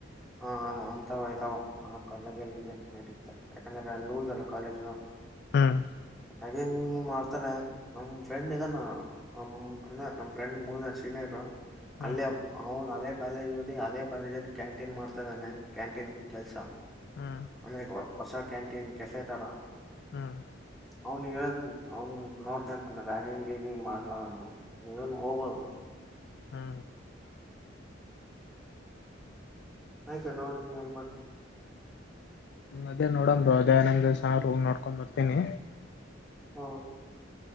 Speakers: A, in the centre; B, on the left.
A: ಹ ಹ ನಾಂತಯ್ತಾವ ಆ ಕಾಲೇಜಲ್ಲಿ ಇದೆ ನಟತ ಯಾಕಂದ್ರೆ ಲೂಸ್ ಅಲ್ಲ ಕಾಲೇಜು
B: ಹ್ಮ್
A: ಹಂಗ ಮಾಡ್ತಾರೆ ನಮ ಫ್ರೆಂಡ್ ಇದಾನ ನ ನ ನಮ್ ಫ್ರೆಂಡ್ ಮೂರ್ ಜನ ಸೀನಿಯರ್
B: ಹ್ಮ್
A: ಅಲ್ಲೇ ಅವ್ನು ಅವದೇ ಕಾಲೇಜ್ ಓದಿ ಅದೇ ಕಾಲೇಜಲ್ಲಿ ಕ್ಯಾಂ ಕ್ಯಾಂಟೀನ್ ಮಾಡ್ತದಾನೆ ಕ್ಯಾಂಟೀನ್ ಕೆಲ್ಸ
B: ಹ್ಮ್
A: ಅಂದ್ರೆ ಹೊಸ ಕ್ಯಾಂಟೀನ್ ಕೆಫೆ ತರ
B: ಹ್ಮ್
A: ಅವ್ನು ಹೇಳ್ತು ಅವ್ನು ನೋಡ್ತಂತಾನ ರ್ಯಂಗ್ಂಗ್ ಮಾಡ್ಲ ಅ ಏನು ಹೋಗದು
B: ಹಾ
A: ಆಯ್ತಾ ನೋಡಿ <unintelligible>
B: ಅದೇ ನೋಡ ದಯಾನಂದ ಸರು ಹೋಗ ನೋಡ್ಕೊಂಡ್ ಬರ್ತೀನಿ.
A: ಹ